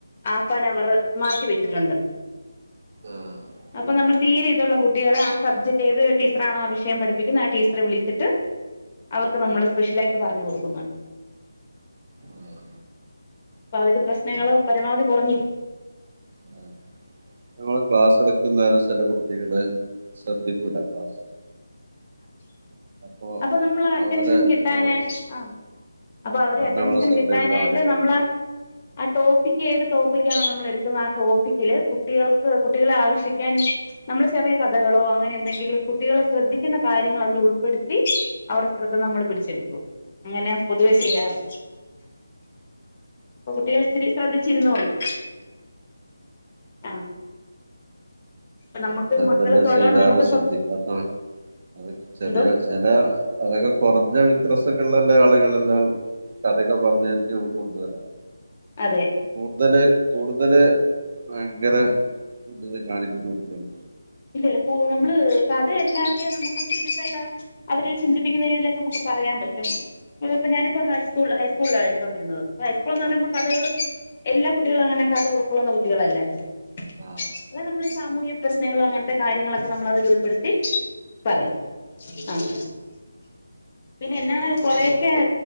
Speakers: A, on the left; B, on the right.
A: ഹാഫ് ആൻ അവറ് മാറ്റിവെച്ചിട്ടൊണ്ട്
B: ആഹ്
A: അപ്പൊ
B: ആഹ്
A: നമ്മൾ തീരെ ഇതൊള്ള കുട്ടികളെ ആ സബ്ജക്റ്റ് ഏത് ടീച്ചറാണോ ആ വിഷയം പഠിപ്പിക്കുന്ന ആ ടീച്ചറെ വിളിച്ചിട്ട് അവർക്ക് നമ്മള്
B: ഉം
A: സ്പെഷ്യലായിട്ട് പറഞ്ഞ് കൊടുക്കുന്നൊണ്ട്.
B: ആഹ്
A: അപ്പൊ അവരുടെ പ്രശ്നങ്ങള് പരമാവധി കൊറഞ്ഞിരി
B: <inaudible> നിങ്ങള് ക്ലാസ്സ് എടുക്കുംന്നേരം ചെല കുട്ടികള് ശ്രദ്ധിക്കൂല ക്ലാസ്സില് അപ്പൊ
A: അപ്പം നമ്മള് അറ്റൻഷൻ
B: അവരെ
A: കിട്ടാന്
B: ഞ-
A: ആഹ് അപ്പ അവര്
B: അവർ
A: അറ്റൻഷൻ
B: നമ്മളെ ശ്രദ്ധ
A: കിട്ടാനായിട്ട്
B: കിട്ടാൻ വേണ്ടിട്ടുണ്ട്
A: നമ്മള് ആ ടോപ്പിക്ക് ഏത് ടോപ്പിക്ക് ആണോ നമ്മള് എടുക്കുന്നത് ആ ടോപ്പിക്കില് കു ട്ടികൾക്ക് കുട്ടികളെ ആകർഷിക്കാൻ നമ്മള് ചെറിയ കഥകളോ അങ്ങനെ എന്തെങ്കിലും കുട്ടികളെ ശ്രദ്ധി ക്കുന്ന കാര്യങ്ങൾ അതിലുൾപ്പെടുത്തി അവരുടെ ശ്രദ്ധ നമ്മൾ പിടിച്ചെടുക്കും. അങ്ങനെ പൊതുവേ ചെയ്യാറ് അപ്പോ കുട്ടികൾ ഇത്തിരി ശ്രദ്ധിച്ചിരുന്നോളും. ആഹ് അപ്പൊ നമുക്ക്
B: അതെ എന്തെല്ലാം
A: മക്കളൊക്കെ ഉള്ളോണ്ട്
B: ചെയ്താലും
A: നമുക്ക് സ്വ
B: ശ്രദ്ധിക്കാത്താണ്. അത് ചെറിയ
A: എന്തോ
B: ചെല അതൊക്കെ കൊറഞ്ഞ വിക്രസൊക്കേള്ളല്ല ആളുകളെല്ലാം. കഥയൊക്കെ പറഞ്ഞു വരുത്തി നമക്ക് കൊണ്ടുവരാം
A: അതെ
B: മൂത്തേന് കൂടുതല് ഭയങ്കര വികൃതി കാണിക്കുന്ന കുട്ട്യാണ്
A: ഇല്ലല്ല. ഇപ്പോ നമ്മള് കഥയല്ലാതെ നമുക്ക് <unintelligible> യിട്ടാ അവരെ ചിന്തിപ്പിക്കുന്ന രീതിയിലൊക്കെ നമുക്ക് പറയാൻ പറ്റും. <unintelligible> ഞാനിപ്പോ ഹൈസ്കൂൾ ഹൈസ്കൂൾലാ എടുത്തോണ്ടിരുന്നത്. ഹൈസ്കൂൾ എന്ന് പറയുമ്പോ കഥകള് എല്ലാ കുട്ടികളും അങ്ങനെ കഥ ഉൾക്കൊള്ളുന്ന കുട്ടികളല്ലാലോ
B: ആഹ്
A: <unintelligible> നമ്മള് സാമൂഹ്യ പ്രശ്നങ്ങളോ അങ്ങൻത്തെ കാര്യങ്ങളൊക്കെ നമ്മള് അതിലുൾപ്പെടുത്തി പറയും
B: ഉം.
A: ആഹ് പിന്നെ എന്നാണ് കൊറയൊക്കെ